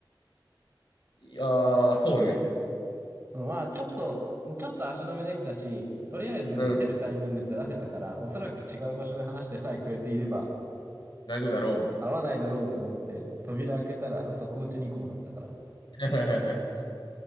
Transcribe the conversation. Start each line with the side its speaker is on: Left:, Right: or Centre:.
Left: いやー、そうね。
Right: そのまあ、ちょっと、ちょっと足止めできたし、とりあえず出るタイミングずらせたから、
Left: うん。
Right: おそらく違う場所で話してさえくれていれば、
Left: 大丈夫だろう、みたいな。
Right: 合わないだろうと思って、扉開けたら即落ち2コもだったから、
Left: <laughs>